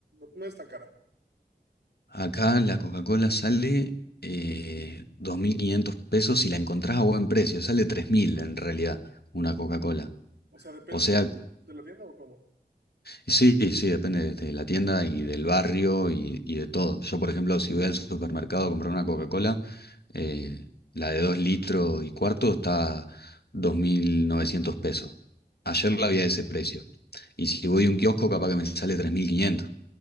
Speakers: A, on the right; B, on the left.
A: no- no es tan cara.
B: acá la Coca-Cola sale eh, 2.500 pesos y la encontrás a buen precio. Sale 3.000 en realidad una Coca-Cola.
A: O sea, depende
B: O sea
A: de, mu- de la tienda o cómo.
B: Sí, sí, depende de la tienda y del barrio y, y de todo. Yo, por ejemplo, si voy al supermercado a comprar una Coca-Cola, eh, la de 2 litros y cuarto está 2.900 pesos. Ayer la había a ese precio. Y si voy a un kiosco, capaz que me sale 3.500.